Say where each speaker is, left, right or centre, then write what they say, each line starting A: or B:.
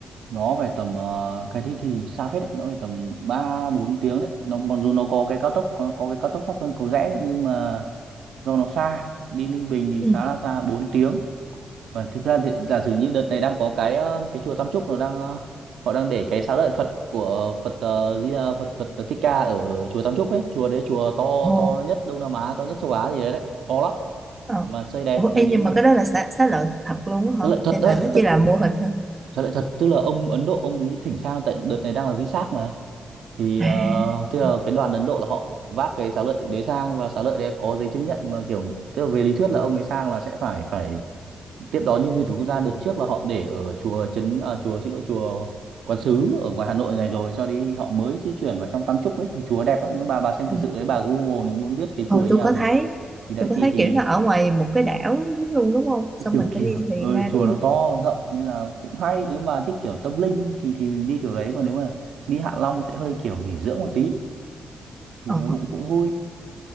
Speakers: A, on the right (about 75°); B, on the right (about 30°).
A: nó phải tầm ờ, cái đi thì xa phết đấy nó phải tầm ba bốn tiếng đấy nó mặc dù nó có cái cao tốc có, có cái cao tốc Pháp Vân Cầu Rẽ đấy nhưng mà do nó xa đi Ninh Bình thì
B: Ừ.
A: khá là xa 4 tiếng và thực ra thì giả sử như đợt này đang có cái ờ, cái chùa Tam Trúc nó đang ờ, họ đang để cái xá lợi Phật của Phật ờ, Di Đà- Phật Phật Thích Ca ở chùa Tam Trúc ấy chùa đấy chùa to
B: Ồ,
A: to nhất Đông Nam Á to nhất châu Á gì đấy đấy to lắm
B: ờ.
A: mà xây đẹp
B: Ủa,
A: thì
B: ê,
A: nếu
B: nhưng
A: mà
B: mà cái đó là xá, xá lợi thật luôn á
A: xá
B: hả?
A: lợi thật
B: Hay là
A: đấy
B: nó
A: tức
B: chỉ là mô hình thôi?
A: Sao lại thật? Tức là ông Ấn Độ ông ý thỉnh sang tại đợt này đang là VSAC mà. Thì
B: À,
A: ờ, tức là
B: ừ,
A: cái đoàn Ấn Độ là họ vác cái xá lợi đấy sang và xá lợi đấy có giấy chứng nhận mà kiểu tức là về lý thuyết là ông ấy sang là sẽ phải phải tiếp đón những nguyên thủ quốc gia đợt trước là họ để ở chùa trấn à, chùa xin lỗi chùa Quán Sứ ở ngoài Hà Nội này rồi sau đi họ mới di chuyển vào trong Tam Trúc đấy thì chùa đẹp lắm nếu bà bà xem
B: ừ.
A: thực sự đấy bà Google nếu muốn biết cái
B: Ờ,
A: chùa đấy
B: tôi
A: như nào
B: có
A: thì
B: thấy,
A: thì đấy
B: tôi có
A: thì
B: thấy
A: thì
B: kiểu nó ở ngoài một cái đảo luôn đúng không? Xong
A: kiểu
B: mình
A: kiểu
B: phải đi thuyền
A: ờ,
B: ra
A: chùa
B: đúng không?
A: nó to rộng nên là cũng hay nếu mà thích kiểu tâm linh thì thì mình đi kiểu đấy còn nếu mà đi Hạ Long sẽ hơi kiểu nghỉ dưỡng một tí thì
B: Ờ.
A: nó cũng cũng vui